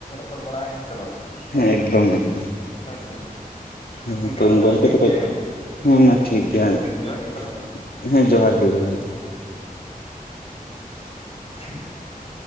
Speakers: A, on the left; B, on the left.
A: ᱯᱚᱲ ᱵᱟᱲᱟᱜ-ᱟ ᱦᱮᱸ ᱥᱮ ᱵᱟᱝ?
B: ᱦᱮᱸ ᱮᱠᱫᱚᱢ ᱮᱠᱫᱚᱢ᱾
A: ᱦᱮᱸ ᱥᱮ
B: ᱦᱮᱸ
A: ᱜᱚᱝᱠᱮ
B: ᱛᱚ
A: ᱢᱟ ᱛᱟᱦᱚᱞᱮ
B: ᱜᱚᱢᱠᱮ
A: ᱴᱷᱤᱠ
B: ᱛᱚᱠᱷᱮᱡ
A: ᱜᱮᱭᱟ ᱦᱮᱸ
B: ᱦᱮᱸ ᱢᱟ ᱴᱷᱤᱠ ᱜᱮᱭᱟ
A: ᱡᱚᱦᱟᱨ ᱜᱮ ᱛᱟᱞᱟᱝ
B: ᱾
A: ᱢᱟ
B: ᱦᱮᱸ ᱡᱚᱦᱟᱨ ᱜᱮ ᱡᱚᱦᱟᱨ ᱜᱮ ᱾
A: <unintelligible>